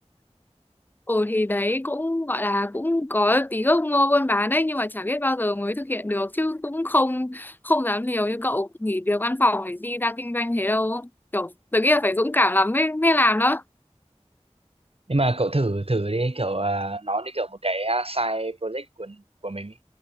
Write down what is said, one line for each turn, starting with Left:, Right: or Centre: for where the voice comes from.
Left: Ồ thì đấy cũng gọi là cũng có tí ước mơ buôn bán đấy nhưng mà chả biết bao giờ mới thực hiện được chứ cũng không không dám liều như cậu nghỉ việc văn phòng để đi ra kinh doanh thế đâu. Kiểu tớ nghĩ là phải dũng cảm lắm mới mới làm đó.
Right: Nhưng mà cậu thử thử đi kiểu à, nó như kiểu một cái à, side project của của mình ý.